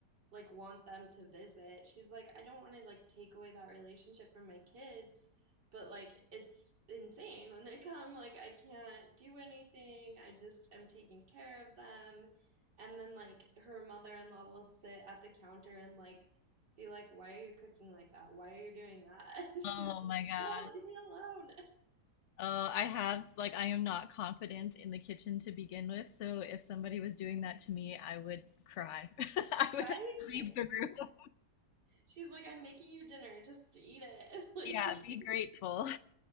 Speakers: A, on the right (about 85°); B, on the left (about 60°).
A: like want them to visit. She's like, I don't want to like take away that relationship from my kids, but like it's insane when they come. Like I can't do anything. I just am taking care of them. And then like her mother-in-law will sit at the counter and like be like, Why are you cooking like that? Why are you doing that? <laughs> And she's
B: Oh
A: like,
B: my gosh.
A: "Ah, leave me alone,
B: Uh, I have, like, I am not confident in the kitchen to begin with, so if somebody was doing that to me, I would cry. <laughs>
A: <laughs>
B: I would
A: right?
B: leave the room. <laughs>
A: She's like, I'm making you dinner, just eat it. <laughs> Like
B: Yeah, be grateful.